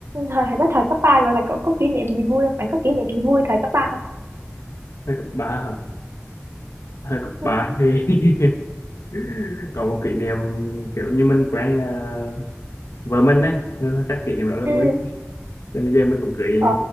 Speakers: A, on the right (about 55°); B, on the left (about 70°).
A: thời, hồi đó thời cấp ba gọi là cậu có kỷ niệm gì vui không bạn có kỷ niệm gì vui thời cấp ba không
B: Thời cấp 3 hả thời cấp
A: ừ.
B: 3 thì <laughs> <laughs> còn một kỷ niệm kiểu như mình quen ờ, vợ mình ấy Ừ, chắc kỷ niệm đó là
A: Ừ.
B: vui cho nên giờ mình cũng cưới
A: Ờ,